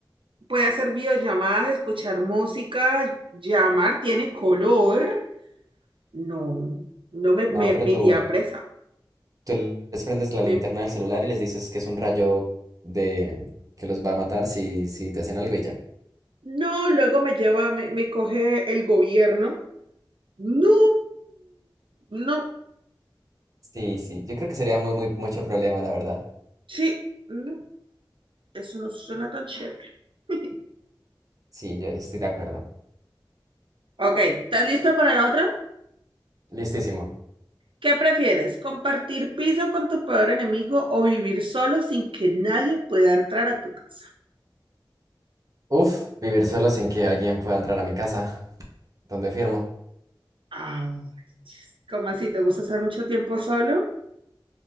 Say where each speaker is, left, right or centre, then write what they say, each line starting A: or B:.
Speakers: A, on the right; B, on the right.
A: puede hacer videollamadas, escuchar música, llamar, tiene color. No, no me, me,
B: No, pero
A: me
B: tú,
A: iría presa.
B: tú les prendes la
A: Me,
B: linterna del celular y les dices que es un rayo de... que los va a matar si, si te hacen algo y ya.
A: no, luego me lleva, me, me coge el gobierno. No, no,
B: Sí, sí. Yo creo que sería muy, muy, mucho problema, la verdad.
A: sí. no. Eso no suena tan chévere. <laughs>
B: Sí, yo estoy de acuerdo.
A: Ok, ¿estás lista para la otra?
B: Listísimo.
A: ¿Qué prefieres? ¿Compartir piso con tu peor enemigo o vivir solo sin que nadie pueda entrar a tu casa?
B: Uf, vivir solo sin que alguien pueda entrar a mi casa. ¿Dónde firmo?
A: Ay, ¿cómo así? ¿Te gusta estar mucho tiempo solo?